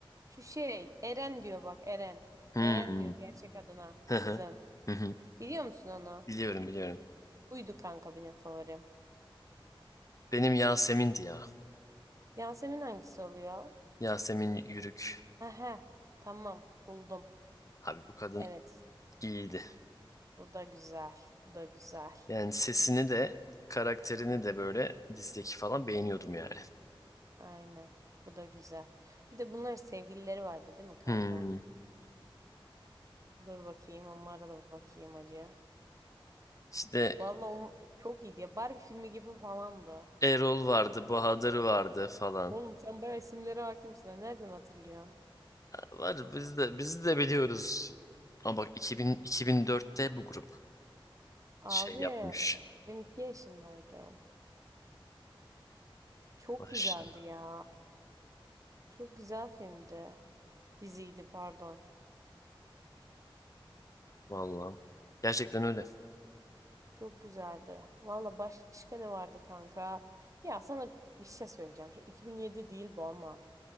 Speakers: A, on the right; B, on the left.
A: şu şey Eren diyor bak Eren.
B: Hı.
A: Eren diyor gerçek adına
B: Hı
A: kızın.
B: hı. Hı hı.
A: Biliyor musun onu?
B: Biliyorum biliyorum.
A: Buydu kanka benim favorim.
B: Benim Yasemin'di ya.
A: Yasemin hangisi oluyor?
B: Yasemin Yürük.
A: Aha tamam buldum.
B: Abi bu kadın
A: Evet
B: iyiydi.
A: bu da güzel. Bu da güzel.
B: Yani sesini de karakterini de böyle dizdeki falan beğeniyordum yani.
A: Aynen. Bu da güzel. Bir de bunlar sevgilileri vardı değil mi kanka?
B: Hmm.
A: Dur bakayım onlara da bakayım acı.
B: İşte
A: Vallahi onu çok iyiydi ya. Barbie filmi gibi falandı.
B: Erol vardı, Bahadır vardı falan.
A: Oğlum sen bayağı isimlere hakimsin. ha. Nereden hatırlıyorsun?
B: Var biz de biz de biliyoruz. Ama bak 2000, 2004'te bu grup
A: Abi
B: şey yapmış.
A: ben iki yaşındaydım. Çok
B: Maşallah.
A: güzeldi ya. Çok güzel filmdi. Diziydi pardon.
B: Vallahi. Gerçekten öyle.
A: Çok güzeldi. Valla başka ne vardı kanka? Ya sana bir şey söyleyeceğim. Şimdi 2007 değil bu ama.